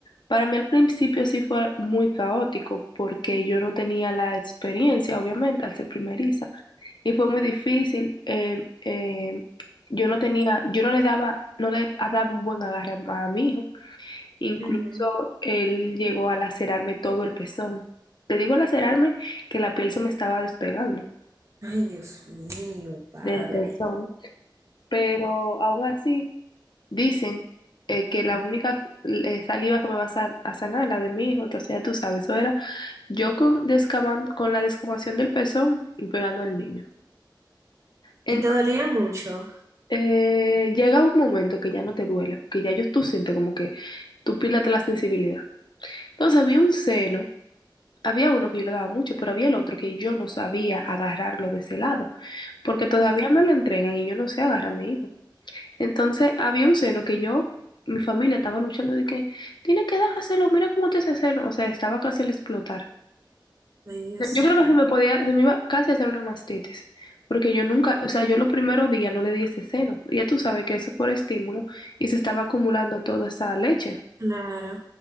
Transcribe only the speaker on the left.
Para mí al principio sí fue muy caótico porque yo no tenía la experiencia, obviamente, al ser primeriza. Y fue muy difícil. eh, eh, yo no tenía, yo no le daba, no le daba un buen agarre a, a mi hijo. Incluso
él llegó a lacerarme todo el pezón. Te digo lacerarme que la piel se me estaba despegando
del pezón. Pero aún así dicen eh, que la única eh, saliva que me va a, sa- a sanar es la de mi hijo. Entonces ya tú sabes, eso era Yo con, descaman- con la descamación del pezón y pegando al niño. Entonces,
eh, llega un momento que ya no te duele, porque ya yo, tú sientes como que tú pierdes la sensibilidad. Entonces había un seno, había uno que yo le daba mucho, pero había el otro que yo no sabía agarrarlo de ese lado, porque todavía
me lo entregan y yo no sé agarrar a mi hijo. Entonces había un seno que yo, mi familia estaba luchando de que, tiene que dárselo, mira cómo te ese seno, o sea, estaba casi al explotar.
Yo creo
que se me podía, se me iba casi a hacer una mastitis, porque yo nunca, o sea, yo los primeros días no le di ese seno, ya tú sabes que eso es por estímulo y se estaba acumulando toda esa leche.